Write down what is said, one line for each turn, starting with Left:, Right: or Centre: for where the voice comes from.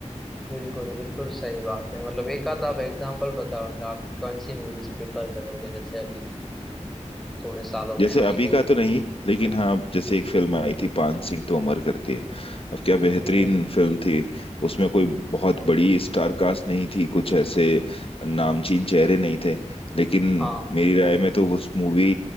Centre: बिल्कुल बिल्कुल सही बात है मतलब एक आध आप एग्जांपल बताओ मतलब आप कौन सी मूवीज प्रिफर करोगे जैसे अभी थोड़े सालों
Left: जैसे
Centre: में आई
Left: अभी
Centre: हो
Left: का तो नहीं लेकिन हाँ जैसे एक फिल्म आई थी पान सिंह तोमर करके अब क्या बेहतरीन
Centre: हम्म
Left: फिल्म थी उसमें कोई बहुत बड़ी स्टार कास्ट नहीं थी कुछ ऐसे नामचीन चेहरे नहीं थे लेकिन
Centre: हाँ
Left: मेरी राय में तो उस मूवी